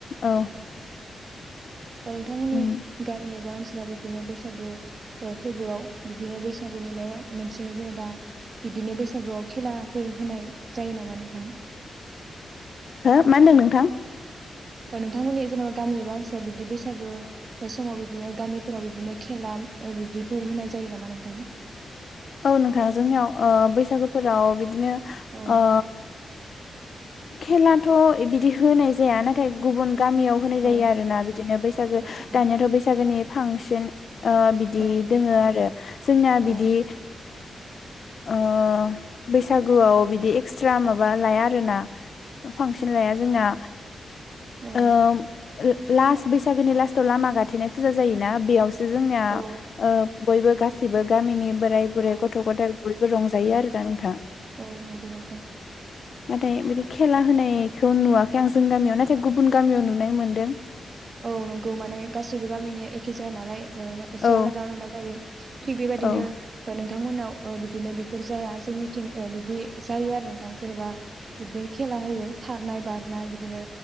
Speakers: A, on the left; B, on the right.
A: औ।
B: ओ नोंथांमोननि
A: उम
B: गामि एबा ओनसो <unintelligible> बिबदिनो बैसागो ओ फोरबोआव बिदिनो बैसागुनि मायबा मोनसे जेनबा बिदिनो बैसा <unintelligible> आव खेलाफोर होनाय जायो नामा नोंथां?
A: हो मा होनदों नोंथां?
B: ओ नोंथांमोननि जेन'बा गामि एबा ओनसोलाव बिदि बैसागो ओ समाव बिब्दिनो गामिफोराव बिबदिनो खेला ओ बिदिफोर होनाय जायो नामा नोंथां?
A: औ नोंथां जोंनियाव ओ बैसागोफोराव बिद दिनो
B: औ
A: ओ खेलाथ' इबिदि होनाय जाया नाथाय गुबुन गामियाव होनाय जायो
B: औ
A: आरोना बिदिनो बैसागो
B: औ औ
A: दानियाथ' बैसागोनि फांसन ओ बिदि
B: औ
A: दोङो आरो जोंना बिदि
B: औ
A: ओ बैसागुआव बिदि एक्सट्रा माबा लाया आरोना‌। फांसन लाया जोंना।
B: औ।
A: ओ लास्ट बैसागोनि लास्टआव लामा गाथेनाय फुजा जायोना? बेयाव जोंनिया
B: औ
A: ओ बयबो गासिबो गामिनि बोराय बुरै
B: औ
A: गथ' गथाय बयबो रंजायो आरो दा नोंथाङा।
B: औ नंगौ नथां।
A: नाथाय बिदि खेला होनायखौ नुवाखै आं जोंनि गामियाव नाथाय गुबुन गामियाव नुनाय मोनदों।
B: औ नंगौ माने गासैबो गामिनिया एखे जाया नालाय। ओ एसे‌
A: औ
B: आलादा आलादा जायो। थिग बेबायदिनो
A: औ
B: नों थांमोनाव ओ बिदिनो बेफोर जाया जोंनिथिं बिदि जायो आरो नोंथां जेनेबा बिदि खेला होयो। खारनाय बारनाय बिदिनो